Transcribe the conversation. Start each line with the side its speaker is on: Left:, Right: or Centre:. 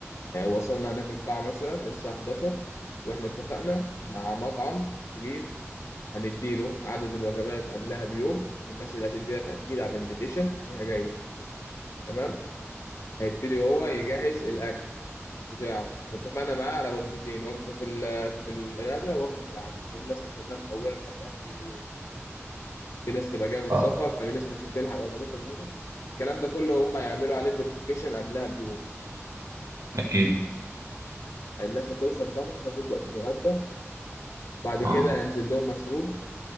Left: آه، وصلنا هناك القاعه مثلا الساعه 11 واحنا اتفقنا مع مطعم كبير هنديله عدد الوجبات قبلها بيوم الناس اللي هتدينا تاكيد على الانفيتيشن ان هي جايه تمام هيبتدي هو يجهز الاكل بتاعه ده اتفقنا معاه على وجبتين وجبة في ال- في الغداء ووجبة في العشاء لأن الناس هتبقى مطولة لحد آخر اليوم في ناس تبقى جاية من
Right: آه،
Left: سفر ففي ناس مش هتلحق وجبات الغداء الكلام ده كله هم هيعملوا عليه فيريفيكيشن قبلها بيوم
Right: أكيد
Left: الناس هتوصل طبعا هتبدأ تتغدى بعد
Right: أه
Left: كده هينزل لهم مشروب